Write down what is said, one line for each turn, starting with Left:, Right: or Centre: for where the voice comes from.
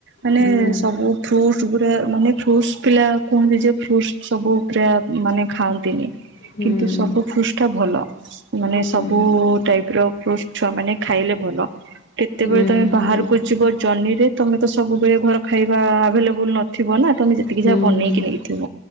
Right: ମାନେ
Left: ହୁଁ
Right: ସବୁ ଗୁଡ଼ା। ମାନେ ଫ୍ରୁସ୍‌ ପିଲା କୁହନ୍ତି ଯେ, ଫ୍ରୁସ୍‌ ସବୁ ମାନେ ଖାଆନ୍ତିନି।
Left: ହୁଁ
Right: କିନ୍ତୁ, ସବୁ ଫ୍ରୁସ୍‌ଟା ଭଲ। ମାନେ
Left: ହୁଁ
Right: ସବୁ ଟାଇପ୍ ର ଛୁଆ ମାନେ ଖାଇଲେ ଭଲ। କେତେବେଳେ
Left: ହୁଁ
Right: ତମେ
Left: ହୁଁ
Right: ବାହାର କୁ, ଯିବ ଜନିରେ ତମେ ତ ସବୁବେଳେ ଘର ଖାଇବା ଆଭେଲେବୁଲ୍ ନଥିବ। ନା ତମେ ଯେ ଏତିକି
Left: ହୁଁ
Right: ଯାହା
Left: ହୁଁ
Right: ବନେଇକି
Left: ହୁଁ
Right: ନେଇକିଥିବ,